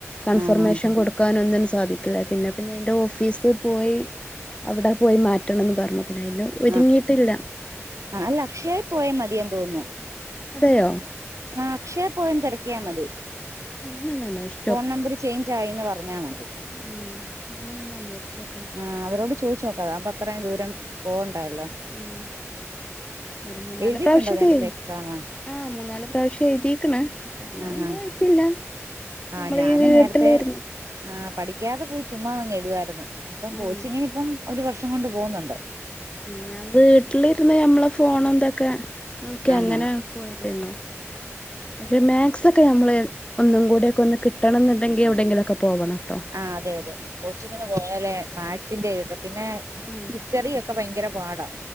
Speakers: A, on the left; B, on the right.
A: കൺഫർമേഷൻ
B: ആഹ്
A: കൊടുക്കാനൊന്നും സാധിക്കില്ല പിന്നെപ്പ ഞയ്ന്റെ ഓഫീസ് പോയി അവിടെ പോയി മാറ്റണംന്ന് പറഞ്ഞു പിന്നെ അയ്ന്
B: ആഹ്
A: ഒരുങ്ങിയിട്ടില്ല
B: ആഹ് ലക്ഷയേ പോയ മതിയെന്ന് തോന്നുന്നു
A: അതെയോ
B: ആഹ് അക്ഷയ പോയിൻ തിരക്കിയാ മതി
A: <unintelligible>
B: ഫോൺ നമ്പറ് ചേഞ്ച് ആയിന്ന് പറഞ്ഞാ മതി
A: ഉംന്നാന്നൊന്ന് അന്വേഷിച് നോക്കണം
B: ആഹ് അവരോട് ചോയ്ച്ചു നോക്കാത അപ്പൊ അത്രയും ദൂരം പോവണ്ടല്ലോ
A: ഉം ഒരു മൂന്നാല്
B: എഴുതിയിട്ടുണ്ടോ
A: പ്രാവശ്യക്കെ
B: നേരത്തെ എക്സാം
A: ആഹ് മൂന്നാല് പ്രാവശ്യം എഴുതിക്ണ് പക്ഷെ അന്നും
B: ആഹ്
A: എന്തും ആയിത്തില്ല നമ്മള
B: ആഹ് ഞാന്
A: ഈ വീട്ടിലേരുന്നു
B: നേരത്തെ ആഹ് പഠിക്കാതെ പോയി ചുമ്മാന്നങ് എഴുതായിരുന്നു ഇപ്പം
A: ആഹ്
B: കോച്ചിങ്ങിന് ഇപ്പം ഒരു വർഷം കൊണ്ട് പോകുന്നുണ്ട്
A: ഞാൻ വീട്ടിലിരുന്ന് ഞമ്മളെ ഫോണും തൊക്കെ നോക്കി
B: ആഹ്
A: അങ്ങനെ
B: ആഹ്
A: പോയതേന്നു പക്ഷെ മാത് സ് ഒക്കെ നമ്മള് ഒന്നും കൂടിയൊക്കെ ഒന്ന് കിട്ടണം ന്നുണ്ടെങ്കി എവിടെെങ്കിലൊക്കെ പോവണട്ടോ
B: ആഹ് അതെ അതെ കോച്ചിങ്ങിന് പോയാലെ മാത്സിന്റെതിട്ട പിന്നെ
A: ഉം
B: ഹിസ്റ്ററി ഒക്കെ ഭയങ്കര പാടാ